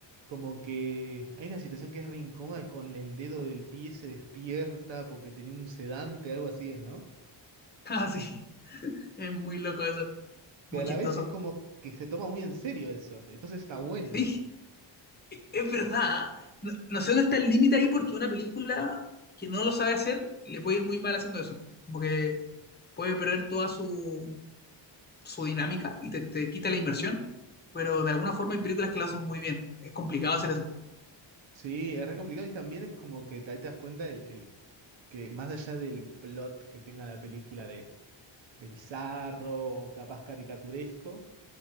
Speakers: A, on the right; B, on the left.
A: Como que hay una situación que es re incómoda, con el dedo del pie se despierta porque tenía un sedante, algo así es, ¿no?
B: Ah, sí, es muy loco eso,
A: Pero
B: muy
A: a
B: chistoso.
A: la vez es como que se toma muy en serio eso, entonces está bueno.
B: Sí. Es verdad. No, no sé dónde está el límite ahí porque una película que no lo sabe hacer le puede ir muy mal haciendo eso. Como que puede perder toda su, su dinámica y te, te quita la inversión. Pero de alguna forma hay películas que lo hacen muy bien. Es complicado hacer eso.
A: Sí, es re complicado y también es como que te- ahí te das cuenta el, el- que más allá del plot que tenga la película de, de bizarro o capaz caricaturesco,